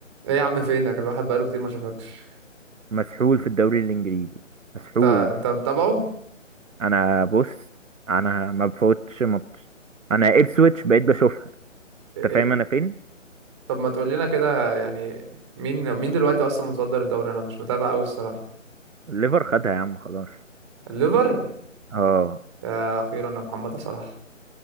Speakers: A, on the right; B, on the right.
A: ايه يا عم فينك الواحد بقاله كتير ما شافكش
B: مسحول في الدوري الانجليزي مسحول
A: انت انت متابعه
B: انا بص انا ما بفوتش ماتش انا ابسويتش بقيت بشوفها
A: إيه-
B: انت
A: إيه،
B: فاهم انا فين
A: طب ما تقول لنا كده يعني مين مين دلوقتي اصلا متصدر الدوري انا مش متابع قوي الصراحه
B: الليفر خدها يا عم خلاص
A: الليفر
B: اه
A: يا اخيرا يا محمد صلاح